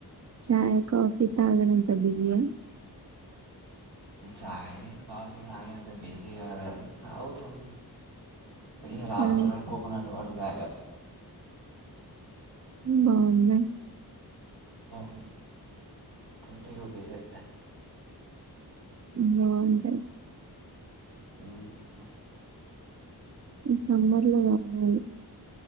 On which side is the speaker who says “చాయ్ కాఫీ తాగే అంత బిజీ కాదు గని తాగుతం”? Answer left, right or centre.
Right